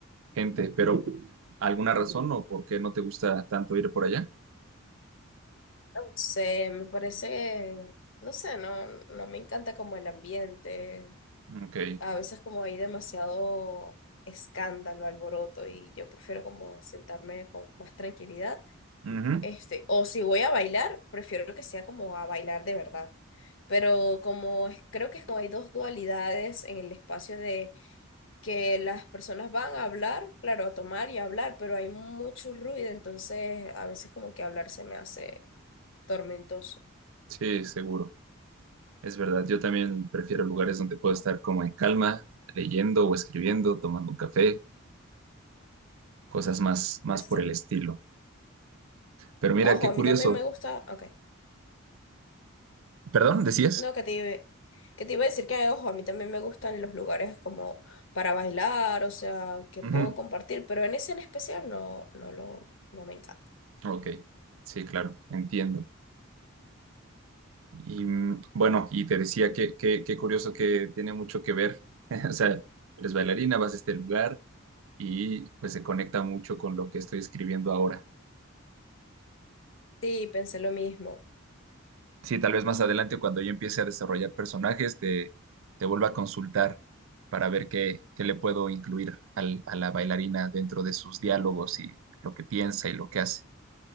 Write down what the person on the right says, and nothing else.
gente, pero ¿alguna razón o por qué no te gusta tanto ir por allá?
Ok,
ujú,
Sí, seguro. Es verdad, yo también prefiero lugares donde puedo estar como en calma, leyendo o escribiendo, tomando un café, cosas más, más
por el estilo. Pero mira,
qué
curioso.
Perdón, decías.
Ujú.
Ok, sí, claro, entiendo. Y mm, bueno, y te decía que, que- qué curioso que tiene mucho que ver. <laughs> O sea, eres bailarina, vas a este lugar y pues se conecta mucho con lo que estoy escribiendo ahora.
Sí, tal vez más adelante cuando yo empiece a desarrollar personajes, te, te vuelva a consultar para ver qué, qué le puedo incluir al- a la bailarina dentro de sus diálogos y lo que piensa y lo que hace.